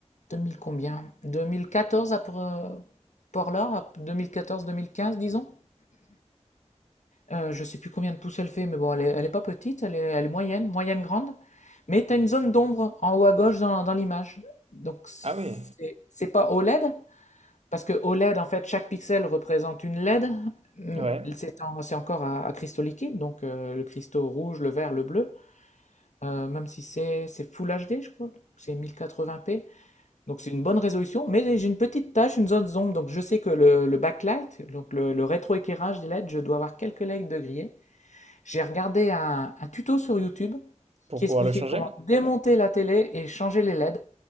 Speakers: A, on the left; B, on the right.
A: 2000 combien? 2014 à Por- Portland, à 2014-2015, disons. Heu, je sais plus combien de pouces elle fait, mais bon, elle est elle est pas petite, elle est elle est moyenne, moyenne grande, mais tu as une zone d'ombre en haut à gauche dans dans l'image. Donc c'est
B: Ah oui,
A: c'est pas OLED, parce que OLED, en fait, chaque pixel représente une LED. Mmh,
B: ouais,
A: c'est en c'est encore à à cristaux liquides, donc heu, le cristaux rouge, le vert, le bleu, heu, même si c'est c'est full HD, je crois, c'est 1080p, donc c'est une bonne résolution, mais j'ai une petite tache, une zone d'ombre, donc je sais que le le backlight, donc le le rétroéclairage des LED, je dois avoir quelques LED de grillé j'ai regardé un, un tuto sur YouTube
B: pour
A: qui
B: pouvoir
A: expliquait
B: le changer?
A: comment démonter la télé et changer les LED.